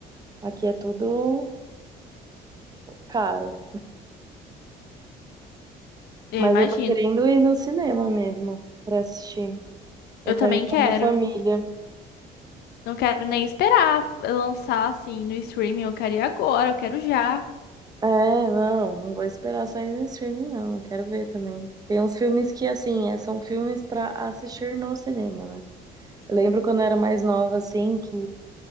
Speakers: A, on the right; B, on the left.
A: aqui é tudo caro.
B: Eu
A: Mas
B: imagino.
A: eu tô querendo ir no cinema mesmo pra assistir. Eu
B: Eu também
A: quero ir com
B: quero.
A: a minha família.
B: Não quero nem esperar f- lançar assim no streaming. Eu quero ir agora, eu quero já.
A: É, não, não vou esperar sair no streaming, não. Quero ver também. Tem uns filmes que, assim, é, são filmes pra assistir no cinema, né? Eu lembro quando eu era mais nova, assim, que